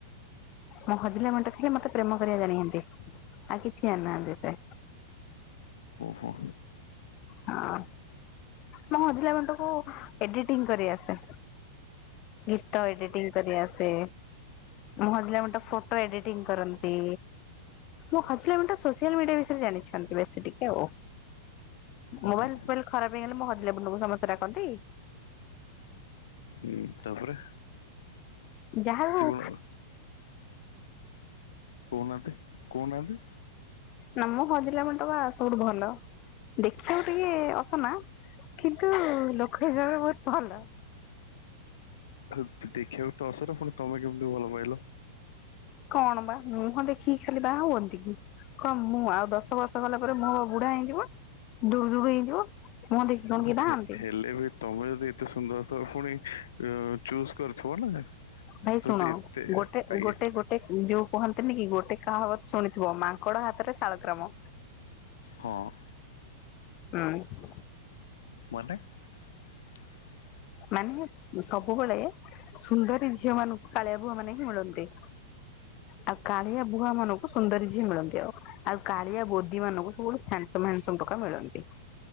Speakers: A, on the left (about 30°); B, on the left (about 80°).
A: ମୁଁ ହଜିଲା ବେଣ୍ଟ ଖାଲି ମତେ ପ୍ରେମ କରିବା ଜାଣିନ୍ତି ଆଉ କିଛି ଜାଣିନାହାନ୍ତି ସେ
B: ଓହୋ।
A: ହଁ। ମୁଁ ହଜିଲା ବେଣ୍ଟ କୁ ଏଡିଟିଂ କରିଆସେ ଗୀତ ଏଡିଟିଂ କରିଆସେ ମୋ ହଜିଲା ବେଣ୍ଟ ଫଟୋ ଏଡିଟିଂ କରନ୍ତି। ମୁଁ ହଜିଲା ବେଣ୍ଟ ସୋସିଆଲ ମିଡିଆ ବିଷୟରେ ଜାଣିଛନ୍ତି ବେଶୀ ଟିକେ ଆଉ।
B: ହଁ
A: ମୋବାଇଲ
B: ହଁ।
A: ଫୋବାଇଲ ଖରାପ ହେଇଗଲେ ମଁ ହଜିଲା ବେଣ୍ଟ କୁ ସମସ୍ତେ ଡାକନ୍ତି।
B: ହଁ ତାପରେ
A: ଯାହା
B: ସେ
A: ଉ
B: କଣ କହୁ ନାହାନ୍ତି।
A: ନା ମୁଁ ହଜିଲା ବେଣ୍ଟ ବା ସବୁଠୁ ଭଲ ଦେଖିବାକୁ ଟିକେ ଅସନା। କିନ୍ତୁ ଲୋକ ହିସାବରେ ବହୁତ୍ ଭଲ।
B: ଦେଖିବାକୁ ତ ଅସୁର ପୁଣି ତମେ କେମିତି ଭଲ ପାଇଲ।
A: କଣ ବା ମୁହଁ ଦେଖିକି ଖାଲି ବାହା ହୁଅନ୍ତି କି? କଣ ମୁଁ ଆଉ ଦଶ ବର୍ଷ ଗଲା ପରେ ମୋ ବୁଢା ହେଇଯିବ ଦୁଡ୍‌ ଦୁ ଡ୍‌ ହେଇଯିବ। ମୁଁହ ଦେଖି କଣ
B: ନା
A: କିଏ ବାହାନ୍ତି।
B: ହେ ହେଲେ ବି ତମେ ଯଦି ଏତେ ସୁନ୍ଦର ତୋ ପୁଣି ଚୁଜ୍‌ କରିଥିବ ନା।
A: ଭାଇ ଶୁଣ
B: ଯଦି ଏତେ
A: ଗୋଟେ
B: ଆଜ୍ଞା
A: ଗୋଟେ ଗୋଟ ଗୋଟେ ଯୋଉ କୁହନ୍ତିନି କି ଗୋଟେ କାହା ବତ୍ ଶୁଣିଥିବ ମାଙ୍କଡ ହାତରେ ଶାଳଗ୍ରାମ।
B: ହଁ।
A: ହୁଁ।
B: ମାନେ? <inaudible>
A: ମାନେ ସବୁବେଳେ ସୁନ୍ଦରୀ ଝିଅ ମାନଙ୍କୁ କାଳିଆ ଭୂଆ ମାନେ ହିଁ ମିଳନ୍ତି। ଆଉ କାଳିଆ ବୁହା ମାନଙ୍କୁ ସୁନ୍ଦରୀ ଝିଅ ମିଳନ୍ତି ଆଉ। ଆଉ କାଳିଆ ବୋଦି ମାନଙ୍କୁ ସବୁବେଳେ ହ୍ୟାଣ୍ଡସମ୍, ହ୍ୟାଣ୍ଡସମ୍ ଟୋକା ମିଳନ୍ତି।